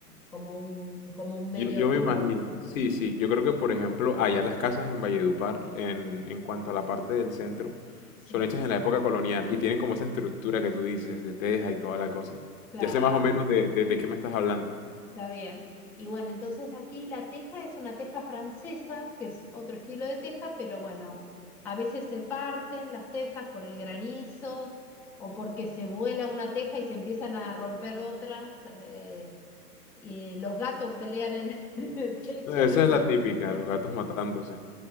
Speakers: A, in the centre; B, on the left (about 55°).
A: como un, como un medio
B: Yo, yo
A: tubo.
B: me imagino, sí, sí, yo creo que por ejemplo allá las casas en Valledupar, en, en cuanto a la parte del centro,
A: Sí,
B: son hechas en la época colonial y tienen como esa estructura que tú dices, de teja y toda la cosa.
A: claro.
B: Ya sé más o menos de, de, de qué me estás hablando.
A: Está bien. Y bueno, entonces aquí la teja es una teja francesa, que es otro estilo de teja, pero bueno, a veces se parten las tejas por el granizo o porque se vuela una teja y se empiezan a romper otras. eh, y los gatos pelean en, <laughs> en el techo
B: No, Esa
A: y,
B: es la típica,
A: <laughs>
B: los gatos matándose.